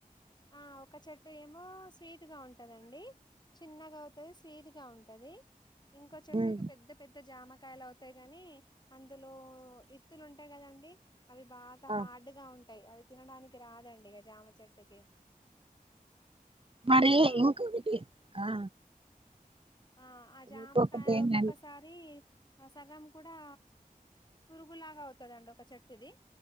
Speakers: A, on the left; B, on the right.
A: ఆ ఒక చెట్టు ఏమో స్వీట్ గా ఉంటందండి చిన్నగా అవుతుది స్వీట్గా ఉంటు. కదే ఇంకో
B: ఉమ్
A: చెట్టుకు పెద్ద పెద్ద జామ కాయలు అవుతాయి కాని అంత. లో ఇ అంటే కదండి అవి బాగా
B: ఆ
A: హార్డ్గా ఉంటాయి అవి తినడానికి రాదండి చెట్టుకి
B: మరి
A: అలా ఉంటాయి
B: ఇంకొకటి ఆ
A: ఆ ఆ జామకాయ
B: ఇంకొకటి ఏంటంటే
A: ఒక్కొక్కసారి ఆ సగం కూడా పురుగులాగా అవుతదండి ఒక చెట్టుది